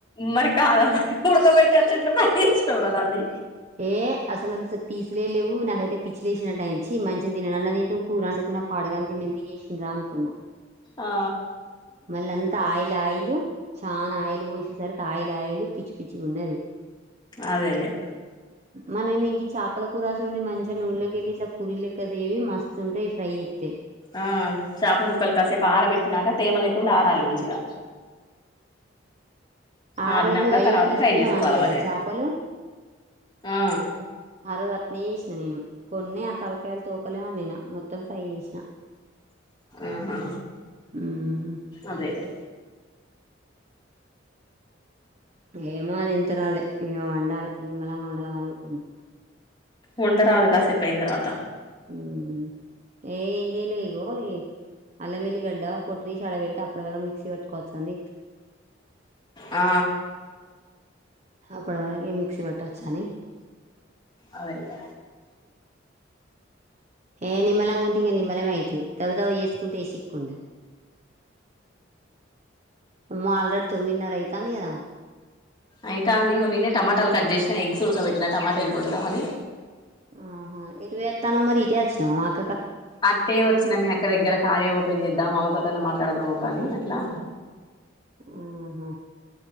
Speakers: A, on the left; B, on the right.
A: మరి కాదా మరి ఉడకబెట్టి అట్లెట్ల ఫ్రై చేసినావ్ రా దాన్ని
B: ఏ అసల్ పీసులే లేవ్వు నాకైతే పిచ్చిలేసినట్టాయింది చి మంచిగా తినన్న తింటుం కూర అండుకున్నా పాడుగాన్ దిన్నిండి ఎశిన్రా అనుకున్నా
A: ఆ
B: మళ్ళ అంతా ఆయిల్ ఆయిల్ చానాయిల్ పోసేసరిక్ ఆయ్లాయలు పిచ్చి పిచ్చి గున్నది
A: అదేలేే
B: మనం గింగి చేపల కూరసొండిద్ మంచిగా నూనెలోకెళ్ళి ఇట్లా పూరీలెక్కదేవి మస్తు ఉంటాయి ఫ్రై చేత్తే
A: ఆ చాప ముక్కలు కాసేపు ఆరబెట్టినాక తేమ లేకుండా ఆరాలి మంచిగా
B: అ ఆరోజు
A: ఆరినాక
B: అయ్యో
A: తర్వాత
B: తీసుకున్నా
A: ఫ్రై చేసుకోవాలి
B: అనలేదా
A: వాటిని
B: చేపలు
A: ఆ
B: ఆరోజ అట్టనేసిన నేను కొన్ని ఆ తలకాయలు తూకలే వండినా మొత్తం ఫ్రై చేసిన
A: ఆహా
B: ఉమ్
A: అదేలే
B: ఏమో అది ఇంతరాలి ఇగ వండాలి నిమ్మలంగా వండదాం అనుకున్నా
A: ఉండరాదు కాశె పయిన తర్వాత
B: ఉమ్ ఏ ఇంజలేగో ఏ అల్ల వెల్లిగడ్డ పొట్టితీసి ఆడ పెడితే అప్పటి వరం మిక్సీ పట్టుకోవచ్చు అంది
A: ఆ
B: అప్పుడ వరకి ఈ మిక్సీ బట్టచ్చాని
A: అదేలే
B: ఏ నిమ్మలంగా ఉంటే ఇంకా నిమ్మలమే అయితది దవ తవ చేసుకుంటేసిక్కుండదు మ్ ఆల్రెడీ తొమ్మిదిన్నర అయితాంది గద
A: అయితే అందినేనే టమాటాలు కట్ చేసినా, ఎగ్స్ ఉడకబట్టినా టమాటా ఎగ్గు వండుదామని
B: ఆహ ఏటు ఎత్తనావ్ మరి ఇటేచ్చిన మామ్
A: అట్టే వచ్చినా మీ అక్క దగ్గర కార్యఓపెన్ చేద్దాం అమతో ఏదన్న మాట్లాడదాము కానీ అట్లా
B: ఆహా